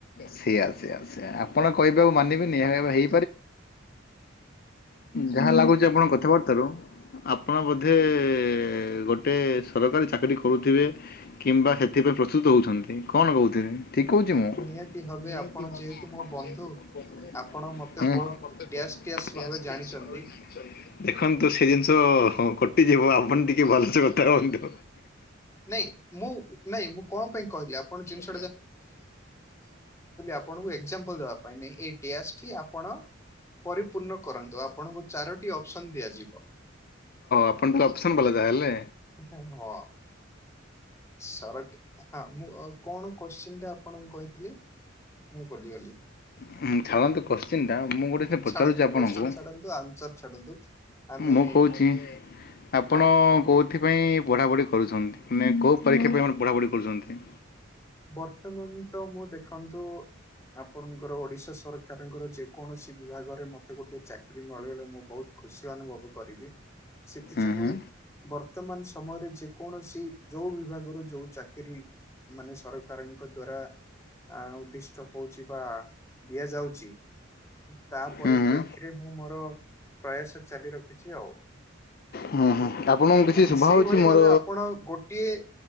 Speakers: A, on the left; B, on the left.
A: ସେଆ ସେଆ ସେଆ ସେ ଆପଣ କହିବେ ଆଉ ମାନିବେନି ହେଇ
B: ନିହାତି
A: ଯାହା ଲାଗୁଛି
B: ନିହାତି
A: ଆପଣ କଥାବାତ୍ତାରୁ ଆପଣ ବୋଧେ ଏ ଗୋଟେ ସରକାରୀ ଚାକିରୀ କରୁଥିବେ କିମ୍ବା ସେଥିପାଇଁ ପ୍ରସ୍ତୁତ ହେଉଛନ୍ତି କଣ କହୁଥିବେ? ଠିକ୍ କହୁଛି ମୁଁ।
B: ନିହାତି
A: <unintelligible>
B: ଭାବେ
A: ଦେଖନ୍ତୁ
B: ଆପଣ ଯେହେତୁ ମୋ ବନ୍ଧୁ ଆପଣ ମତେ ବହୁତ ଡ୍ୟାସ୍ ଡ୍ୟାସ୍ ଭାବେ ଜାଣିଛନ୍ତି
A: ସେ ଜିନିଷ ହ କଟିଯିବ, ଆପଣ ଟିକେ ଭଲସେ କଥା ହୁଅନ୍ତୁ।
B: ନାଇଁ ମୁଁ ନାଇଁ ମୁଁ କଣ ପାଇଁ କହିଲି ଆପଣ ଜିନିଷ
A: <unintelligible> ହ ହୋ
B: ଆପଣଙ୍କୁ ଏକ୍ଜାମ୍ପଲ ଦେବା ପାଇଁ ନାଇଁ ଏଇ ଡ୍ୟାସ୍ ଟି ଆପଣ ପରିପୂର୍ଣ୍ଣ କରନ୍ତୁ ଆପଣଙ୍କୁ ଚାରୋଟି ଅପସନ ଦିଆଯିବ
A: ଆପନ ତ ଅପସନ ଵାଲା ଜା ହେଲେ।
B: ହ-ହ-ହଁ। ସରକ ହଁ ମୁଁ କଣ କୋଶ୍ଚିନ୍ ଟା ଆପଣଙ୍କୁ କହିଥିଲି? ମୁଁ ଭୁଲିଗଲି।
A: ହୁଁ ଛାଲନ୍ତୁ କୋଶ୍ଚିିନ ଟା, ମୁଁ ଗୋଟେ ସେ ପଚାରୁଛି
B: ଛାଡନ୍ତୁ
A: ଆପଣଙ୍କୁ।
B: କୋଶ୍ଚିନ୍ ଛାଡନ୍ତୁ ଆନ୍ସର ଛାଡନ୍ତୁ ଆମେ
A: ମୁଁ କହୁଛି ଆପଣ
B: ହଁ
A: କହୁ ସେଥିପାଇଁ ପଢ଼ାପଢ଼ି କରୁଛନ୍ତି, ମାନେ କୋଉ ପରୀକ୍ଷା ପାଇଁ ପଢ଼ାପଢ଼ି କରୁଛନ୍ତି?
B: ବର୍ତ୍ତମାନ ତ ମୁଁ ଦେଖନ୍ତୁ, ଆପଣଙ୍କର ଓଡିଶା ସ ସରକାରଙ୍କର ଯେକୌଣସି ବିଭାଗରେ ମୋତେ ଗୋଟିଏ ଚାକିରି ମଳି ବଳେ ମୁଁ ବହୁତ ଖୁସ ଅନୁଭବ କରିବି ସେଥିଯୋଗୁଁ
A: ହୁଁ ହୁଁ।
B: ବର୍ତ୍ତମାନ ସମୟରେ ଯେକୌଣସି ଯୋଉ ଭି ବିଭାଗର ଯୋଉ ଚାକିରୀ, ମାନେ ସରକାରଙ୍କ ଦ୍ଵାରା ଆ ଉଦ୍ଦିଷ୍ଟ ହଉଛି ବା ଦିଆଯାଉଚି ତା ପରିପ୍ରେକ୍ଷୀରେ
A: ହୁଁ ହୁଁ।
B: ମୁଁ ମୋର ପ୍ରୟାସ ଚାଲି ରଖିଛି ଆଉ।
A: ହୁଁ ହୁଁ ଆପଣଙ୍କୁ କିଛି
B: ହେଁ
A: ଶୁଭା
B: ସେଇଭଳି
A: ହଉଛି ମୋର
B: ଭାବେ ଆପଣ ଗୋଟିଏ